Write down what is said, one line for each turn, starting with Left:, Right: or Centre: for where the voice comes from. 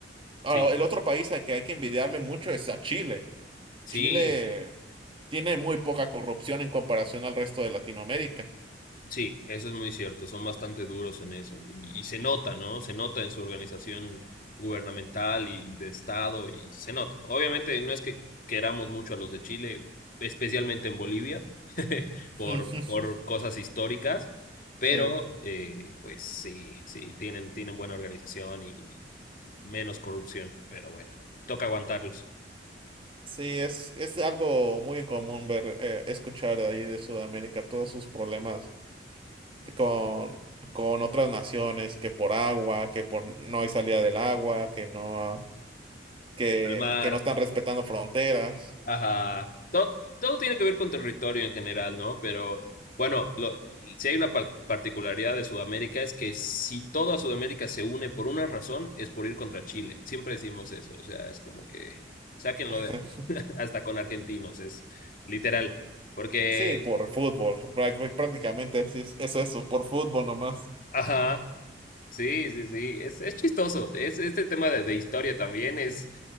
Right: Ahora,
Left: Sí,
Right: el otro país al que hay que envidiarle mucho es a Chile.
Left: sí.
Right: Chile tiene muy poca corrupción en comparación al resto de Latinoamérica.
Left: Sí, eso es muy cierto, son bastante duros en eso y, y se nota, ¿no? Se nota en su organización gubernamental y de Estado y se nota. Obviamente no es que queramos mucho a los de Chile, especialmente en Bolivia, <laughs>
Right: <laughs>
Left: por, por cosas históricas, pero
Right: Sí.
Left: eh, pues sí, sí, tienen, tienen buena organización y menos corrupción, pero bueno, toca aguantarlos.
Right: Sí, es, es algo muy común ver, eh, escuchar de ahí de Sudamérica todos sus problemas de- con, con otras naciones, que por agua, que por no hay salida del agua, que no, que,
Left: Palmar.
Right: que no están respetando fronteras.
Left: Ajá. Todo, todo tiene que ver con territorio en general, ¿no? Pero bueno, lo, si hay una par- particularidad de Sudamérica es que si toda Sudamérica se une por una razón, es por ir contra Chile. Siempre decimos eso, o sea, es como que sáquenlo
Right: <laughs>
Left: de ahí, <laughs> hasta con argentinos, es literal. Porque,
Right: Sí, por fútbol, práct- prácticamente así es, es eso, por fútbol nomás.
Left: ajá, Sí, sí, sí, es, es chistoso. Es, este tema de, de historia también es